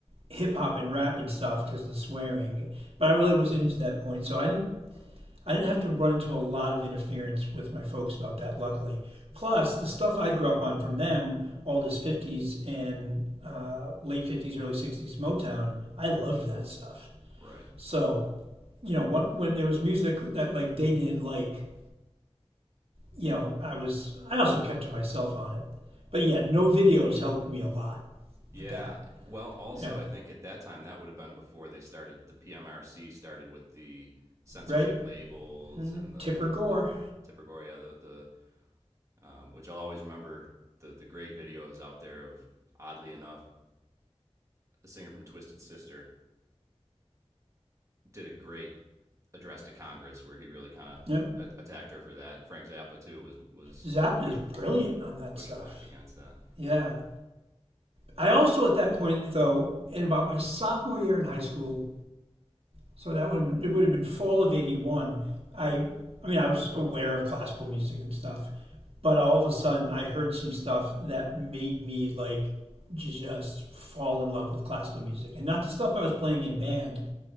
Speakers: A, on the right; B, on the right.
A: hip hop and rap and stuff because of the swearing, but I really wasn't into that point, so I didn't I didn't have to run into a lot of interference with my folks about that, luckily. Plus, the stuff I grew up on from them, all this 50s and uh, late 50s, early 60s Motown, I loved that stuff.
B: Right.
A: So, you know, what, when there was music that like they didn't like, you know, I was, I also kept to myself on it. But yeah, no videos helped me a lot
B: Yeah.
A: with that.
B: Well, also,
A: Yeah,
B: I think at that time, that would have been before they started, the PMRC started with the censorship
A: right?
B: labels
A: Mm-hmm.
B: and the,
A: Tipper
B: the,
A: Gore.
B: the Tipigoria, the, the, um, which I'll always remember the, the great videos out there of, oddly enough, the singer from Twisted Sister did a great address to Congress where he really kind of
A: Yep.
B: a- attacked her for that. And Frank Zappa too was was
A: Zap
B: push,
A: is brilliant on that
B: pushing
A: stuff.
B: back against that.
A: Yeah. I also, at that point, though, in about my sophomore year in high school, so that would have been, it would have been fall of '81. I, I mean, I was aware of classical music and stuff, but all of a sudden, I heard some stuff that made me like just fall in love with classical music, and not the stuff I was playing in band.